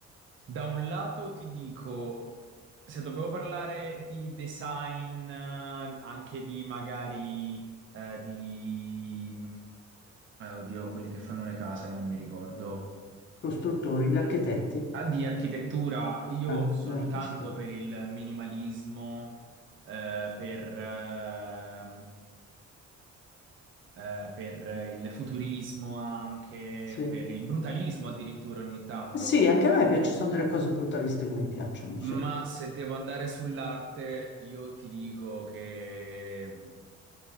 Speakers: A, on the right; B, on the left.
A: da un lato ti dico, se dobbiamo parlare di design, eh, anche di magari eh, di... eh, oddio, quelli che fanno le case, non mi ricordo.
B: Costruttori, gli architetti,
A: Ah, Di architettura, io
B: ah,
A: sono
B: gli architettori,
A: tanto per il minimalismo, eh, per, ehm, eh, per il futurismo anche,
B: sì.
A: per il brutalismo addirittura ogni tanto.
B: Sì, anche a me piace, sono delle cose brutaliste che mi piacciono, sì.
A: Ma se devo andare sull'arte, io ti dico che